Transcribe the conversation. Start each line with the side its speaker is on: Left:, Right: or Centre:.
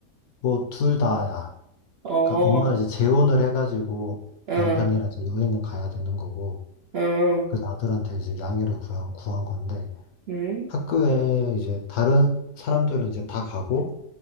Left: 뭐 둘 다야.
Right: 어,
Left: 그러니까 엄마는 이제 재혼을 해가지고
Right: 응,
Left: 남편이랑 이제 여행을 가야 되는 거고
Right: 응,
Left: 그래서 아들한테 이제 양해를 구한, 구한 건데
Right: 응,
Left: 학교에 이제 다른 사람들은 이제 다 가고